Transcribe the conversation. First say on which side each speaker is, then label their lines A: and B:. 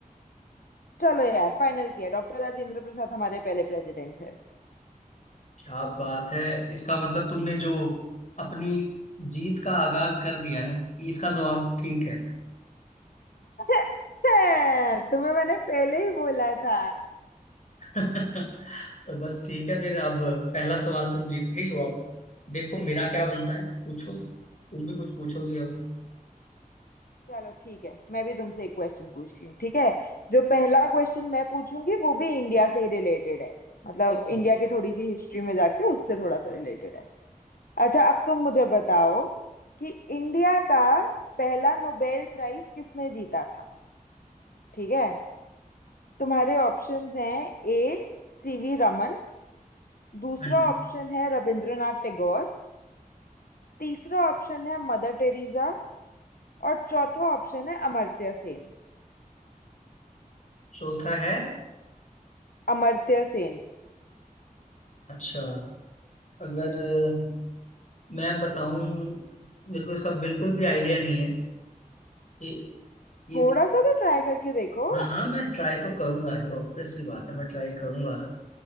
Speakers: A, on the left; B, on the left.
A: चलो यार फाइनल किया डॉक्टर राजेंद्र प्रसाद हमारे पहले प्रेसिडेंट थे
B: क्या बात है इसका मतलब तुमने जो अपनी जीत का आगाज कर दिया है इसका जवाब ठीक है
A: <laughs> तुम्हें मैंने पहले ही बोला था
B: <laughs> तो बस ठीक है फिर अब पहला सवाल तुम जीत गई हो अब देखो मेरा क्या बनता है पूछो तुम भी कुछ पूछोगी अब
A: चलो ठीक है मैं भी तुमसे एक क्वेश्चन पूछती हूँ ठीक है जो पहला क्वेश्चन मैं पूछूंगी वो भी इंडिया से ही रिलेटेड है मतलब
B: ओके
A: इंडिया
B: जी
A: की थोड़ी सी हिस्ट्री में जाके उससे थोड़ा सा रिलेटेड है अच्छा अब तुम मुझे बताओ कि इंडिया का पहला नोबेल प्राइज किसने जीता था ठीक है तुम्हारे ऑप्शंस हैं ए सीवी रमन दूसरा
B: हाँ जी
A: ऑप्शन है रविंद्रनाथ टैगोर तीसरा ऑप्शन है मदर टेरेसा और चौथा ऑप्शन है अमर्त्य सेन
B: चौथा है
A: अमर्त्य सेन
B: अच्छा अगर अ, मैं बताऊं मेरे को इसका बिल्कुल भी आइडिया नहीं है कि ये
A: थोड़ा सा तो ट्राई करके देखो
B: हाँ हाँ मैं ट्राई तो करूंगा ये ऑब्वियस सी बात है मैं ट्राई करूंगा